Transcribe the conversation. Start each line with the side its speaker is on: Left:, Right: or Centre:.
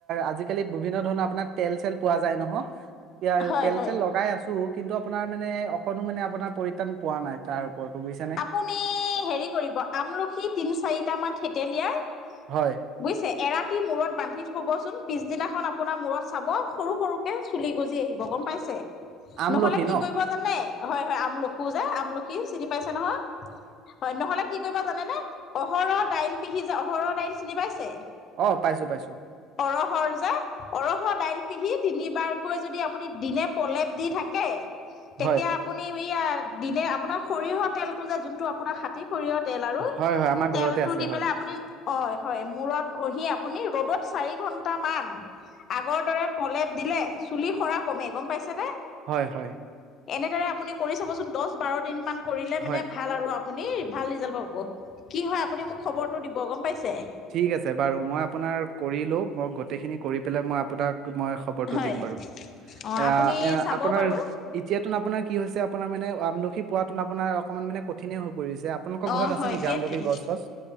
Right: আজিকালি বিভিন্ন ধৰণৰ আপোনাৰ তেল চেল পোৱা যায় নহ। এয়া
Left: হয়
Right: তেল
Left: হয়
Right: চেল লগাই আছোঁ। কিন্তু আপোনাৰ মানে অকণো মানে আপোনাৰ পৰিত্ৰাণ পোৱা নাই তাৰ। ওপৰতো বুজিছানে
Left: আপুনি হেৰি কৰিব আমলখিত তিনি চাৰিটামান ঠেতেলিয়াই।
Right: হয়
Left: বুজিছে এৰাতি মূৰত। বান্ধি থব চোন পিছদিনাখন আপোনাৰ মূৰত চাব সৰু সৰুকে চুলি গজি আহিব গম পাইছে।
Right: আমলখি
Left: নহলে কি
Right: ন
Left: কৰিব জানে হয় হয় আমলখু যে আমলখি চিনি। নহয় হয় নহ'লে। কি কৰিবা জানে ন অহৰহ দাইল পিহি যায় অহৰহ দাইল চিনি পাইছে।
Right: অ পাইছোঁ পাইছোঁ।
Left: অহৰৰ যে অৰহ দাইল পিহি তিনিবাৰকৈ যদি। আপুনি দিনে প্ৰলেপ দি থাকে। তেতিয়া
Right: হয়
Left: আপুনি। এইয়া দিনে আপোনাৰ। সৰিয়হৰ তেলটো যে যোনটো আপোনাৰ খাটি সৰিয়হ। তেল আৰু
Right: হয় হয় আমাৰ
Left: তেলটো
Right: ঘৰতে আছে
Left: দি
Right: হয়
Left: পেলাই আপুনি। অ হয় মূৰত খহি আপুনি ৰ'দত চাৰি ঘন্টামান আগৰ দৰে পলেপ দিলে চুলি সৰা কমে গম পাইছেনে।
Right: হয়, হয়।
Left: এনেদৰে আপুনি কৰি চাবচোন দছ-বাৰ দিন মান। কৰিলে মানে
Right: হয়
Left: ভাল আৰু আপুনি ভাল ৰিজাল্ট পাব৷ কি হয় আপুনি মোক খবৰটো দিব গম পাইছে।
Right: ঠিক আছে বাৰু, মই আপোনাৰ কৰি লো মই গোটেইখিনি কৰি পেলাই মই আপোনাক মই খবৰটো
Left: হয়
Right: দিম বাৰু৷
Left: অ
Right: এয়া-এয়া
Left: আপুনি চাব
Right: আপোনাৰ
Left: বাৰু
Right: এতিয়াতোন আপোনাৰ কি হৈছে আপ আপোনাৰ মানে আমলখি পোৱাটো আপোনাৰ অকণমান মানে কঠিনে হৈ পৰিছে৷ আপোনালোকৰ
Left: অ
Right: ঘৰত আছে
Left: হয়
Right: নেকি
Left: সেইটোৱে৷
Right: আমলখি গছ চছ